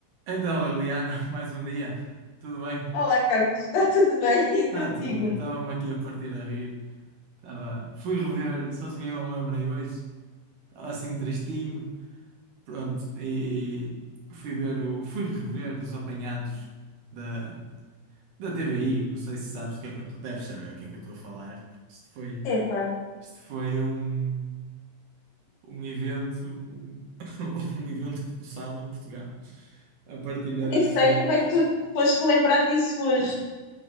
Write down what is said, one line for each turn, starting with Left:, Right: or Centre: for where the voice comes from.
Right: Então, Liliana, <laughs> mais um dia. Tudo bem?
Left: Olá, Carlos, está tudo bem <laughs> E
Right: Está
Left: contigo?
Right: tudo. Estava-me aqui a partir a rir. Estava... Fui rever, só cheguei ao me lembrei hoje. Estava assim tristinho. Pronto, e fui ver o... fui rever os apanhados da... da TVI. Não sei se sabes o que é que eu estou. Deves saber o que é que eu estou a falar. porque Isto foi,
Left: Epá,
Right: isto foi um... um evento, um... <laughs> um evento colossal em Portugal. A partilha destes
Left: nem sei
Right: vídeos.
Left: como é que tu foste lembrar disso hoje.